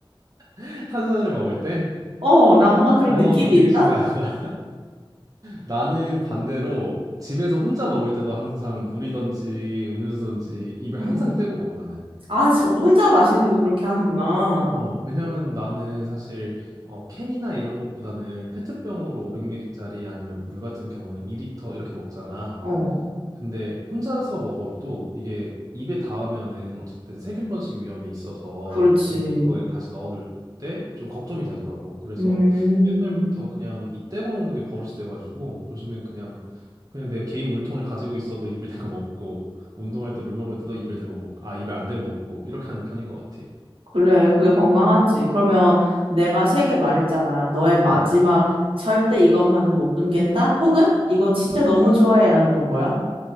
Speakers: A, on the right; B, on the right.
A: <laughs> 탄산을 먹을 때?
B: 어, 나 뭔가 그런
A: 어,
B: 느낌이
A: 되게
B: 있다?
A: 신기하다. 나는 반대로 집에서 혼자 먹을 때도 항상 물이든지 음료수든지 입을
B: 음.
A: 항상 떼고 먹어 나는.
B: 아, 저 혼자 마시는데도 그렇게 하는구나.
A: 어, 왜냐면 나는 사실 어, 캔이나 이런 것보다는 페트병으로 500ml짜리 아니면 물 같은 경우는 2리터 이렇게 먹잖아.
B: 어,
A: 근데 혼자서 먹어도 이게 입에 닿으면은 어쨌든 세균 번식 위험이 있어서
B: 그렇지.
A: 냉장고에 다시 넣어놓을 때 좀 걱정이 되더라고. 그래서
B: 음.
A: 옛날부터 그냥 입 대고 먹는 게 버릇이 돼가지고 요즘엔 그냥 그냥 내 개인 물통을 가지고 있어도 입을 대고 먹고 운동할 때 물 먹을 때도 입을 대고 먹고 아 입에 안 대고 먹고 이렇게 하는 편인 것 같아.
B: 그래, 그게 건강하지. 그러면 내가 세 개 말했잖아. 너의 마지막
A: 음.
B: 절대 이것만은 못 끊겠다? 혹은 이거 진짜 너무 좋아해라는 건 뭐야?